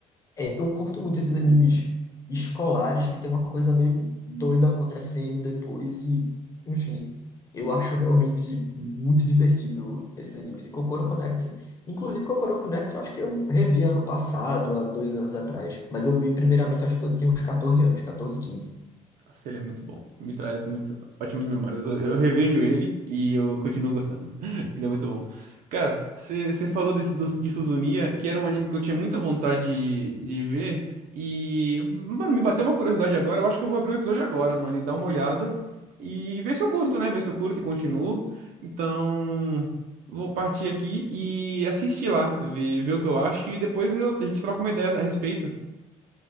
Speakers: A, on the left (about 25°); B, on the right (about 75°).
A: é, eu curto muito esses animes escolares que tem uma coisa meio doida acontecendo depois e, enfim, eu acho realmente muito divertido esses animes. E Kokoro Connect, inclusive Kokoro Connect, eu acho que eu revi ano passado, há dois anos atrás, mas eu vi primeiramente, acho que eu tinha uns 14 anos, 14, quinze
B: Nossa, ele é muito bom. Me traz muito, ótimas memórias. Eu, eu revejo ele e eu continuo gostando. <laughs> Ele é muito bom. Cara, você falou desse, do, de Suzumiya, que era um anime que eu tinha muita vontade de, de ver. E, mano, me bateu uma curiosidade agora. Eu acho que eu vou abrir um episódio agora, mano, e dar uma olhada. E ver se eu curto, né? Ver se eu curto e continuo. Então, vou partir aqui e assistir lá, ver, ver o que eu acho. E depois eu- a gente troca uma ideia a respeito.